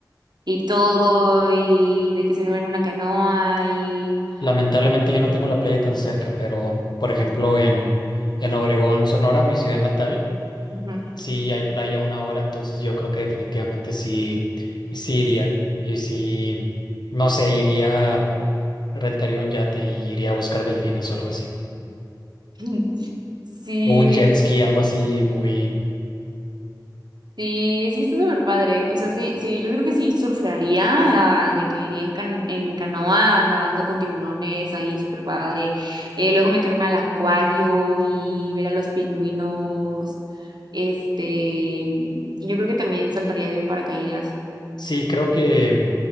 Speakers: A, on the right; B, on the left.
A: y todo, y de que se en una canoa y...
B: Lamentablemente yo no tengo la playa tan cerca, pero por ejemplo en, en Obregón, Sonora, mi ciudad natal,
A: Ujú.
B: Sí, hay playa una hora, entonces yo creo que definitivamente sí, sí iría. Y sí, no sé, iría, rentaría un yate y iría a buscar delfines o algo así.
A: <laughs> Sí,
B: O un jet
A: es
B: ski,
A: que-
B: algo así muy...
A: sí, es que está súper padre. O sea, sí, sí, yo creo que sí surfearía, ah, de que iría en, can- en canoa nadando con tiburones, ahí súper padre. Eh, luego meterme al acuario y ver a los pingüinos. Este, y yo creo que también saltaría de un paracaídas.
B: Sí, creo que